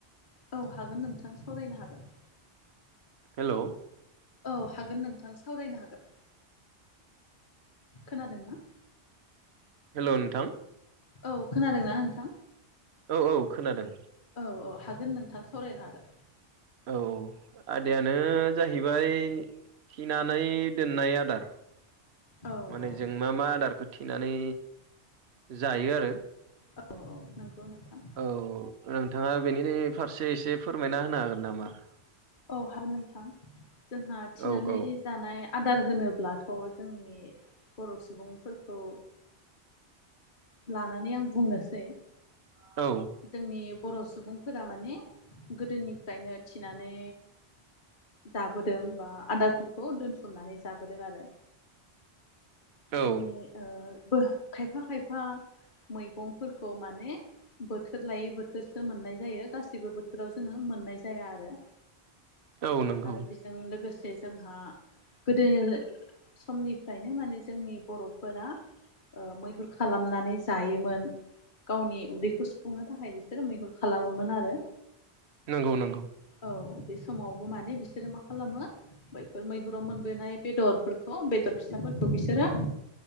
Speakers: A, on the left; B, on the right.
A: औ हागोन नोंथां सावरायनो हागोन।
B: हेल'
A: औ हागोन नोंथां सावरायनो हागोन। खोनादोंना?
B: हेल' नोंथां
A: औ खोनादोंना नोंथां
B: औ औ खोनादों
A: औ औ हागोन नोंथां सावरायनो हागोन।
B: औ आदायानो जाहैबाय थेनानै दोन नाय आदार
A: औ
B: माने
A: औ
B: जों मा मा आदारखौ थेनानै जायो आरो
A: औ औ नंगौ नोंथां
B: औ नोंथाङा बेनि फारसे एसे फोरमायना होनो हागोन नामा?
A: औ हागोन नोंथां जोंहा थिनानै
B: औ औ
A: जानाय आदार होनोब्लाथ' जोंनि बर' सुबुंफोरखौ लानानै आं बुंनोसै
B: औ
A: जोंनि बर' सुबुंफोरा माने गोदोनिफ्रायनो थिनानै जाबोदों बा आदारफोरखौ दोनथुमनानै जाबोदों आरो
B: औ
A: जोंनि ओ बो खायफा खायफा मैगंफोरखौ माने बोथोर लायै बोथोरसो मोननाय जायो गाैबो बोथोराव जोङो मोननाय जाया आरो
B: औ नंगौ
A: आरो बेजों लोगोसे जोंहा गोदो समनिफ्रायनो माने जोंनि बर'फोरा मैहुर खालामनानै जायोमोन। गावनि उदैखौ सुफुंनो थाखाय बिसोरो मैहुर खालामोमोन आरो।
B: नंगौ नंगौ
A: औ बे समावबो माने बिसोरो मा खालामो बैफोर मैहुराव मोनबोनाय बेदरफोरखौ बेदर फिसाफोरखौ बिसोरो